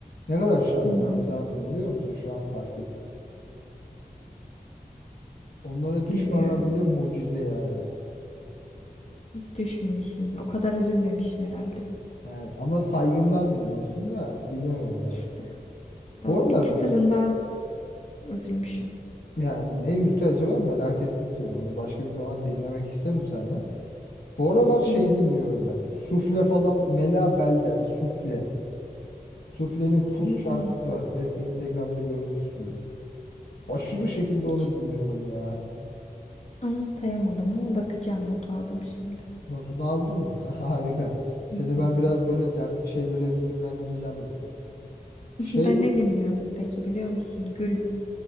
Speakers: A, on the left (about 80°); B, on the left (about 45°).
A: Ne kadar şanslı
B: No.
A: bir insansın biliyor musun? Şu an fark ettim. Onlara düşmemen
B: Bilmiyorum.
A: bile mucize yani.
B: Hiç düşmemişim. O kadar üzülmemişim herhalde.
A: Yani ama saygımdan dinliyorsun da bilmiyorum artık.
B: İşte. o
A: Bu aralar
B: Bir çıtırından üzülmüşüm.
A: Yani ne yüzdü acaba merak ettim seni. Onu başka bir zaman dinlemek isterim senden. Bu aralar
B: Hı
A: şey
B: hı.
A: dinliyorum ben. Sufle falan Mela Beldel Sufle. Sufle'nin Pus
B: Hmm.
A: şarkısı var. Belki Instagram'da görmüşsündür. Aşırı şekilde
B: Hiç
A: onu dinliyorum ya.
B: anımsayamadım ama bakacağım. Not aldım şimdi.
A: Notunu aldın mı? <laughs> Harika. Seni
B: Hı hı.
A: ben biraz böyle dertli şeylere üzünlendireceğim böyle.
B: <laughs>
A: Şey
B: Ben ne dinliyordum peki biliyor musun? Gül